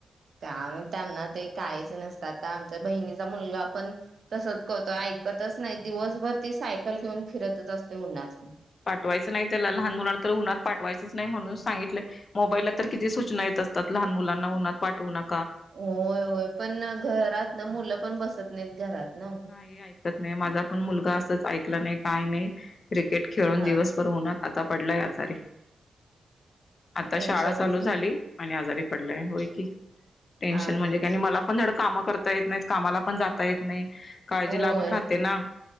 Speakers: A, on the right (about 55°); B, on the left (about 45°).
A: का त्यांना ते काहीच नसतं. आता आमच्या बहिणीचा मुलगा पण तसच करतो ऐकतच नाही. दिवसभर ती सायकल घेऊन फिरतच असतो उन्हातनं.
B: पाठवायचं नाही त्याला लहान मुलांना तर उन्हात पाठवायचंच नाही म्हणून सांगितलंय मोबाईलला तर किती सूचना येत असतात लहान मुलांना उन्हात पाठवून --
A: होय होय. पण घरात ना मुलं पण बस त नाही घरात. ना.
B: नाही ऐकत नाही माझा पण मुलगा असंच ऐकला नाही. काय नाही. क्रिकेट खेळून
A: हा
B: दिवसभर उन्हात -- आता पडलाय आजारी. आता
A: टेन्शनच
B: शाळा चालू झाली.
A: की
B: आणि आजारी पडलाय होय की. टेन्शन
A: हा
B: म्हणजे
A: हा.
B: काय आणि मला धड काम करता येत नाहीत, कामाला पण जाता येत नाही. काळजी
A: होय
B: लागून राहते ना,